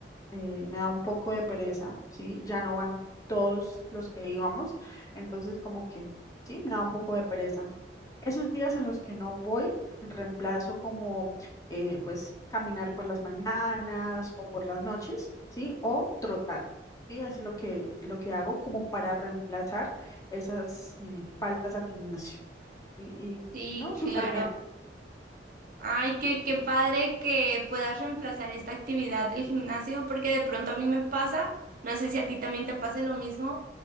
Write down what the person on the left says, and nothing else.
eh, me da un poco de pereza, ¿sí? Ya no van todos los que íbamos, entonces como que, sí, me da un poco de pereza. Esos días en los que no voy, reemplazo como, eh, pues, caminar por las mañanas o por las noches, ¿sí? O trotar, ¿sí? Es lo que, lo que hago como para reemplazar esas eh, faltas al gimnasio, ¿sí? Y,
no, súper
bien.